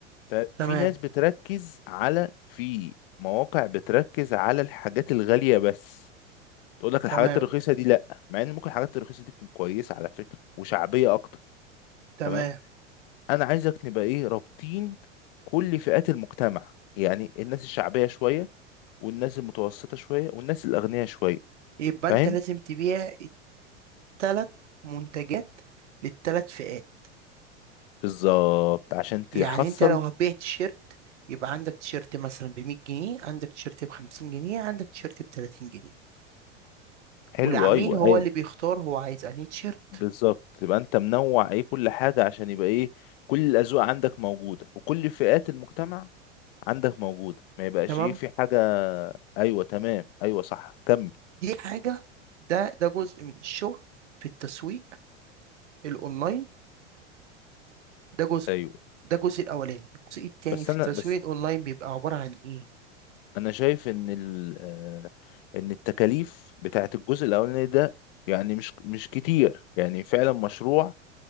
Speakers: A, on the left; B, on the right.
A: ففي
B: تمام
A: ناس بتركز على في مواقع بتركز على الحاجات الغالية بس تقول لك الحاجات
B: تمام
A: الرخيصة دي لا مع ان ممكن الحاجات الرخيصة دي تكون كويسة على فكرة وشعبية اكتر
B: تمام
A: تمام انا عايزك نبقى ايه رابطين كل فئات المجتمع يعني الناس الشعبيه شويه والناس المتوسطه شويه والناس الاغنياء شويه
B: يبقى
A: فاهم
B: انت لازم تبيع التلات منتجات للتلات فئات
A: بالظبط عشان تحصل
B: يعني انت لو هتبيع تيشيرت يبقى عندك تيشيرت مثلا ب 100 جنيه عندك تيشيرت ب 50 جنيه عندك تيشيرت ب 30 جنيه
A: حلو
B: والعميل
A: ايوه
B: هو
A: ايه
B: اللي بيختار هو عايز انهي تيشيرت
A: بالظبط تبقى انت منوع ايه كل حاجه عشان يبقى ايه كل الاذواق عندك موجوده وكل فئات المجتمع عندك موجوده ما يبقاش
B: تمام
A: ايه في حاجه ايوه تمام ايوه صح كمل
B: دي حاجة ده ده جزء من الشغل في التسويق الأونلاين ده جزء
A: ايوه
B: ده الجزء الأولاني الجزء التاني
A: بس
B: في
A: انا
B: التسويق
A: بس
B: الأونلاين بيبقى عبارة عن إيه؟
A: انا شايف ان ال آه، ان التكاليف بتاعت الجزء الاولاني ده يعني مش مش كتير يعني فعلا مشروع